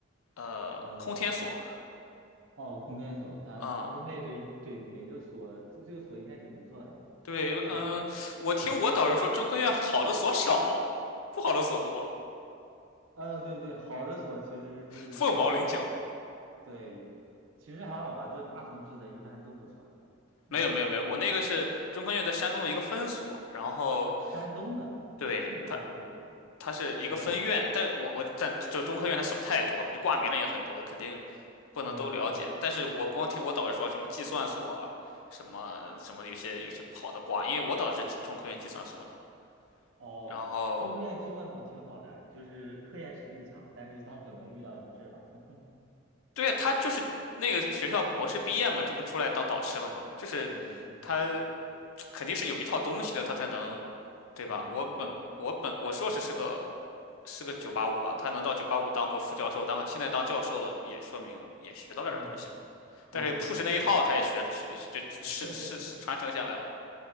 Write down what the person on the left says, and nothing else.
呃空天所，
嗯，
对，
嗯，我听我导师说中科院好的所少，不好的所多，
凤毛麟角。
没有没有没有，我那个是中科院在山东的一个分所，然后
对它它是一个分院，
但我我在这中科院它所太多了，就挂名的也很多，肯定不能都了解。
但是我光听我导师说什么计算所，什么什么有些有些不好的挂，因为我导师是计中科院计算所的。
然后
对呀，他就是那个学校博士毕业嘛，这不出来当导师了吗？就是
他 <tsk> 肯定是有一套东西的，他才能对吧？
我本我本我硕士是个
是个九八五吧，他能到九八五当个副教授，当个现在当教授了，也说明也学到了点东西嘛。
但是
push
那一套，他也学学这是是传承下来了。